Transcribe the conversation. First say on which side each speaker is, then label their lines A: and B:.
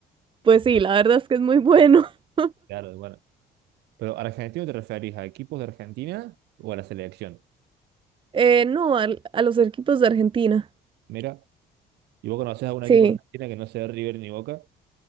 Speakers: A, on the right; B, on the right.
A: pues sí, la verdad es que es muy bueno. <laughs>
B: Claro, bueno. Pero argentino te referís a equipos de Argentina o a la selección.
A: Eh, no, al- a, los equipos de Argentina,
B: Mira, y vos conocés a un
A: sí.
B: equipo de Argentina que no sea River ni Boca,